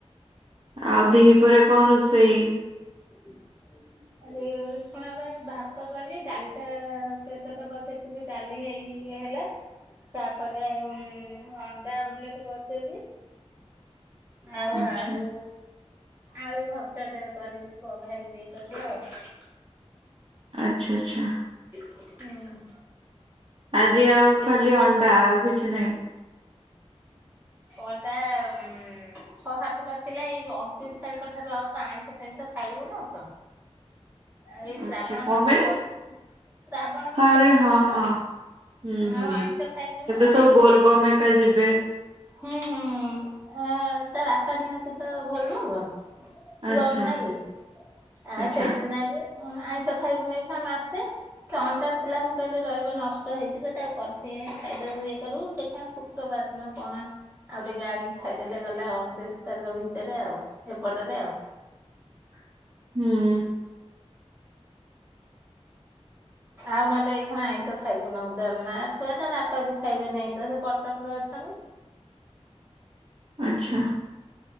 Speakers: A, on the right (about 50°); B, on the right (about 20°).
A: ଆଉ ଦ୍ଵିପହରେ କଣ ରୋଷେଇ?
B: <inaudible> ଆରେ ଇଏ କଣ ପାଇଁ ଭାତ କଲି, ଡାଲିଟା ପ୍ରେସରରେ ବସେଇ ଥିଲୁ ଡାଲି ହେଇ ଇଏ ହେଲା ତାପରେ ଅନ୍ ଅଣ୍ଡା ଆମ୍ବଲେଟ କରିଦେବି ଆଉ
A: ଆଚ୍ଛା,
B: ଆଳୁ ଆଳୁ ଭର୍ତ୍ତା ଟା କରିବି ପଘାରିବି ଇଏ କରିବି ଆଉ।
A: ଆଚ୍ଛା ଆଚ୍ଛା।
B: ହୁଁ।
A: ଆଜି ଆଉ ଖାଲି ଅଣ୍ଡା ଆଉ କିଛି ନାହିଁ।
B: ଅଣ୍ଡା ଉଁ। ଛଅ ସାତଟା ଥିଲା ଏଇ ଯୋଉ ଅଣତିରିଶ ତାରିଖ ଠାରୁ ଆଉ ତ ଆଇଁଷ ଫାଇଁଷ ଖାଇବୁନୁ ତ
A: <inaudible>
B: ଆଉ ଏଇ ଶ୍ରାବଣ
A: ଆଛା କଣ
B: ମାସ
A: ପାଇଁ
B: ପଶିଚି ଶ୍ରାବଣ ମାସ
A: ଆରେ
B: ପଶିଯିବ
A: ହଁ ହଁ। ହୁଁ
B: ଆଉ
A: ହୁଁ
B: ଆଇଁଷ ଖାଇବୁନୁ
A: ଏବେ
B: ଆଉ
A: ସବୁ ବୋଲ
B: ସେଇ
A: ବମ୍ ହେକା ଯିବେ।
B: ହୁଁ ହୁଁ ଆ ତା ବାପା ନିଅନ୍ତି ତ ବୋଲବବ। ପୁଅ
A: ଆଚ୍ଛା,
B: ନାଗି ଆ
A: ଆଚ୍ଛା।
B: ସେଇଥି ନାଗି। ମୁଁ କଇଲି ଆଇଁଷ ଖାଇବୁନୁ ଏଇଖିଣା ମାସେ। ସେ ଅଣ୍ଡା ଥିଲା ମୁଁ କହିଲି ରହିବନି ନଷ୍ଟ ହେଇଯିବ ତାକୁ କରିଦିଏ ଖାଇଦବୁ ଇଏ କରିବୁ ଦେଖିବା ଶୁ ଶୁକ୍ରବାରଦିନ କଣ। ଆଉ ଟିକେ ଆଣିକି ଖାଇଦେଲେ ଗଲା ଅଣତିରିଶ ତାରିଖ ଭିତରେ ଆଉ ଏପଟରେ ଆଉ।
A: <inaudible> ହୁଁ।
B: ଆଉ ନହେଲେ ଏଇ ଖୁଣା ଆଇଁଷ ଖାଇବୁନୁ ତ ମା ଛୁଆ ତା ବାପା ବି ଖାଇବେ ନାହିଁ ତ ସେ କଟକରେ ଅଛନ୍ତି।
A: ଆଛା